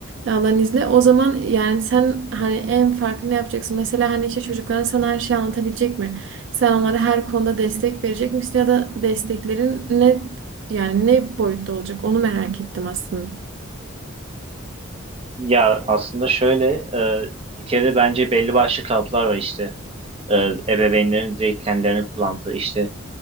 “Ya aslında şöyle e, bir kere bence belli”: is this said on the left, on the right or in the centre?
Right